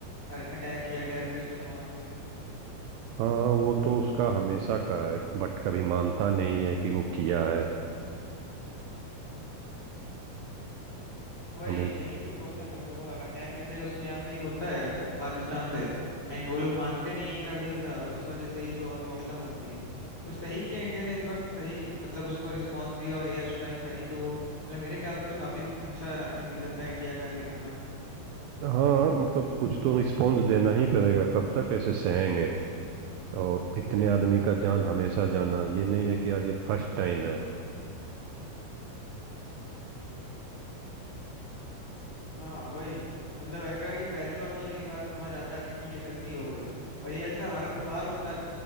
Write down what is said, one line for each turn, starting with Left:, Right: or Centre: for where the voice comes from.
Left: अटैक किया टेररिस्ट ने वहां से तो
Right: हाँ वो तो उसका हमेशा का है बट कभी मानता नहीं है कि वो किया है
Left: वही
Right: हमें
Left: यही तो प्रॉब्लम है वो अटैक कैसे उसके यहाँ से ही होता है पाकिस्तान से एंड वो लोग मानते नहीं है कभी ऐसा इस वजह से ही तो और प्रॉब्लम होती है तो सही किया इंडिया ने इस बार सही मतलब उसको रिस्पांस दिया और एयर स्ट्राइक करी तो मतलब मेरे ख्याल से तो काफी अच्छा डिसीजन था इंडिया का ये करना
Right: हाँ मतलब कुछ तो रिस्पॉन्स देना ही पड़ेगा कब तक ऐसे सहेंगे और इतने आदमी का जान हमेशा जाना ये नहीं है कि आज ये फर्स्ट टाइम है
Left: हाँ वही मतलब हैकर ये पहली बार तो एक बार समझ आता है कि ठीक है गलती हो गई पर ये ऐसा हर बार होता है